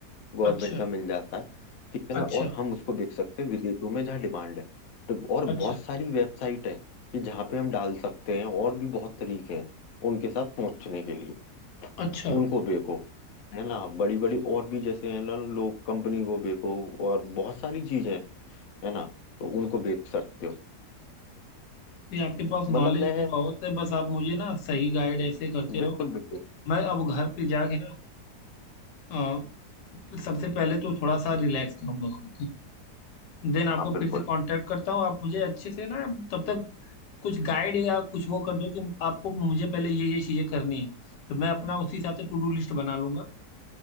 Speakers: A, on the left (about 60°); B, on the left (about 85°).
A: गवर्नमेंट
B: अच्छा
A: का मिल जाता है ठीक है ना
B: अच्छा
A: और हम उसको बेच सकते हैं विदेशों में जहाँ डिमांड है तो और बहुत
B: अच्छा
A: सारी वेबसाइट है कि जहाँ पे हम डाल सकते हैं और भी बहुत तरीके हैं उनके साथ पहुंचने के लिए
B: अच्छा
A: उनको बेको है ना बड़ी बड़ी और भी जैसे है ना लोग कंपनी को बेको और बहुत सारी चीजें हैं है ना तो उनको बेच सकते हो
B: ये आपके पास नॉलेज
A: मतलब मैं
B: तो बहुत है बस आप मुझे ना सही गाइड ऐसे करते रहो
A: बिल्कुल बिल्कुल
B: मैं अब घर पे जाके ना अ, सबसे पहले तो थोड़ा सा रिलैक्स करूंगा खुद को देन आपको
A: हाँ बिल्कुल
B: फिर से कांटेक्ट करता हूँ आप मुझे अच्छे से ना तब तक कुछ गाइड या कुछ वो कर दो कि आपको मुझे पहले ये ये चीज़ें करनी है तो मैं अपना उसी हिसाब से टू डू लिस्ट बना लूंगा